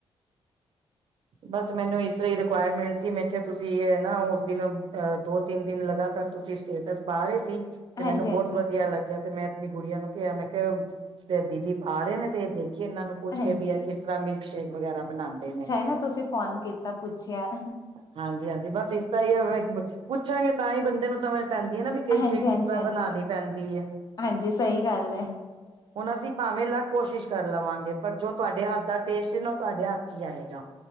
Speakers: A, on the right; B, on the left.
A: ਬਸ ਮੈਨੂੰ ਇਸ ਤਰ੍ਹਾਂ ਰਿਕੁਇਰਮੈਂਟ ਸੀ ਮੈਂ ਕਿਹਾ ਤੁਸੀਂ ਇਹ ਨਾ ਉਸ ਦਿਨ ਦੋ ਤਿੰਨ ਦਿਨ ਲਗਾਤਾਰ ਤੁਸੀਂ ਸਟੇਟਸ ਪਾ ਰਹੇ ਸੀ ਤੇ
B: ਹਾਂਜੀ
A: ਮੈਨੂੰ ਬਹੁਤ
B: ਹਾਂਜੀ
A: ਵਧੀਆ ਲੱਗਿਆ ਤੇ ਮੈਂ ਆਪਣੀ ਗੁੜੀਆਂ ਨੂੰ ਕਿਹਾ ਮੈਂ ਕਿਹਾ ਦੀਦੀ ਪਾ ਰਹੇ ਨੇ ਤੇ ਦੇਖ ਇਹਨਾਂ ਨੂੰ ਪੁੱਛ
B: ਹਾਂਜੀ
A: ਕੇ ਵੀ ਯ ਕਿਸ ਤਰ੍ਹਾਂ ਮਿਲਕ ਸ਼ੇਕ ਵਗੈਰਾ ਬਣਾਉਦੇ ਨੇ
B: ਇਹ ਨਾ ਤੁਸੀਂ ਫੋਨ ਕੀਤਾ ਪੁੱਛਿਆ
A: ਹਾਂਜੀ ਹਾਂਜੀ ਬਸ ਇਸ ਤ ਹੀ ਹੈ ਪੁੱਛਾਂਗੇ ਤਾਂ ਹੀ ਬੰਦੇ ਨੂੰ ਸਮਝ ਪੈਂਦੀ ਹੈ ਨਾ ਵੀ ਕਈ
B: ਹਾਂਜੀ
A: ਚਹੀ ਕਿਸ
B: ਹਾਂਜੀ
A: ਤਰ੍ਹਾਂ
B: ਹਾਂਜੀ
A: ਬਣਾਉਣੀ ਪੈਂਦੀ ਹੈ
B: ਹਾਂਜੀ ਸਹੀ ਗੱਲ ਹੈ
A: ਹੁਣ ਅਸੀਂ ਭਾਵੇਂ ਅਲੱਗ ਕੋਸ਼ਿਸ਼ ਕਰ ਲਵਾਂਗੇ ਪਰ ਜੋ ਤੁਹਾਡੇ ਹੱਥ ਦਾ ਟੇਸਟ ਨਾ ਉਹ ਤੁਹਾਡੇ ਹੱਥ ਚ ਹੀ ਆਏਗਾ